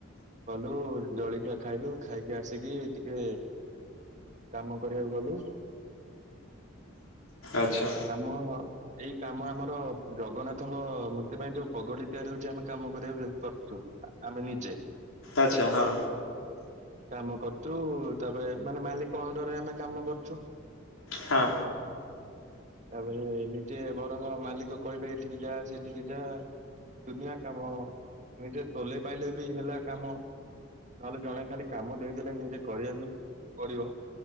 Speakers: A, on the right; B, on the left.
A: ଗଲୁ ଜଳିଖିଆ ଖାଇଲୁ। ଖାଇକି ଆସିକି ଟିକେ କାମ କରିବାକୁ ଗଲୁ।
B: ଆଚ୍ଛା।
A: କାମ ଏଇ କାମ ଆମର ଜଗନ୍ନାଥଙ୍କ ମୂର୍ତ୍ତି ପାଇଁ ଯୋଉ ପଗଡି ତିଆରି ହଉଚି ଆମେ କାମ କରିବାକୁ କରୁଚୁ। ଆମେ ନିଜେ।
B: ଆଚ୍ଛା ହଁ।
A: କାମ କରୁଚୁ ତାପରେ ମାନେ ମାଲିକ ଅଣ୍ଡରେ ଆମେ କାମ କରୁଚୁ।
B: ହଁ।
A: ତାପରେ ନିଜେ ବରଙ୍ଗ ମାଲିକ କହିବେ ଏଠିକି ଯା ସେଠିକି ଯା ଦୁନିଆ କାମ ନିଜେ ତୋଲେଇ ପାଇଲେ ବି ହେଲା କାମ ନହେଲେ ଜଣେ ଖାଲି କାମ ଦେଇଦେଲେ ନିଜେ କରିବାକୁ ବି ପଡିବ